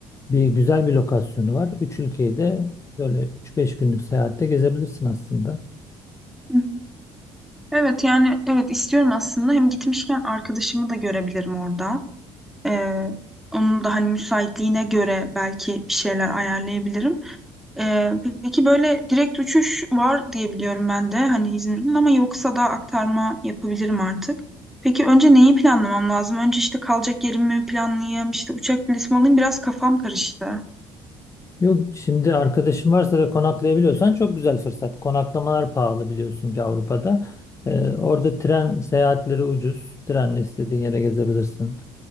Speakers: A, on the left; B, in the centre.
A: bir güzel bir lokasyonu var. Üç ülkeyi de Böyle üç-beş günlük seyahatte gezebilirsin aslında.
B: Hı. Evet yani evet istiyorum aslında. Hem gitmişken arkadaşımı da görebilirim orada. Ee, onun da hani müsaitliğine göre belki bir şeyler ayarlayabilirim. Ee, peki böyle direkt uçuş var diye biliyorum ben de hani İzmir'in ama yoksa da aktarma yapabilirim artık. Peki önce neyi planlamam lazım? Önce işte kalacak yerimi planlayayım, işte uçak bileti alayım. Biraz kafam karıştı.
A: Yok şimdi arkadaşın varsa ve konaklayabiliyorsan çok güzel fırsat. Konaklamalar pahalı biliyorsun ki Avrupa'da. Ee, orada tren seyahatleri ucuz. Trenle istediğin yere gezebilirsin.